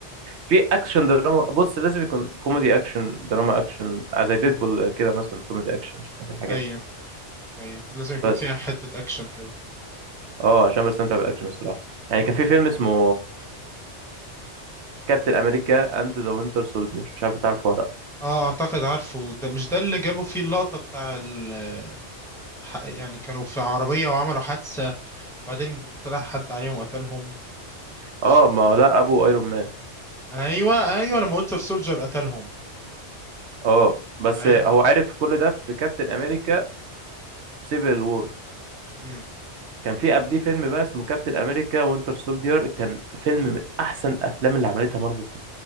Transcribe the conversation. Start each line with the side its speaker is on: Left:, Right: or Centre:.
Right: في
Centre: مم.
Right: أكشن دراما بص لازم يكون كوميدي أكشن دراما أكشن آه، زي ديدبول كده مثلا كوميدي أكشن مش عارف الحاجات
Centre: ايوه
Right: دي
Centre: ايوه لازم يكون
Right: بس
Centre: فيها حتة اكشن كده
Right: أه عشان بستمتع بالأكشن الصراحة يعني كان في فيلم اسمه كابتن أمريكا أند ذا وينتر سولدير مش عارف تعرفه ولا لأ
Centre: اه اعتقد عارفه ده مش ده اللي جابوا فيه اللقطة بتاع ال ح- يعني كانوا في عربية وعملوا حادثة وبعدين طلع حد عليهم وقتلهم ش-
Right: أه ما هو ده أبو أيرون مان
Centre: ايوه ايوه لما وينتر سولجر قتلهم
Right: أه بس
Centre: ايوه
Right: هو عرف كل ده في كابتن أمريكا سيفل وور
Centre: مم.
Right: كان في
Centre: مم.
Right: قبليه فيلم بقى اسمه كابتن امريكا وينتر سولدير كان فيلم من احسن افلام اللي عملتها مارفل في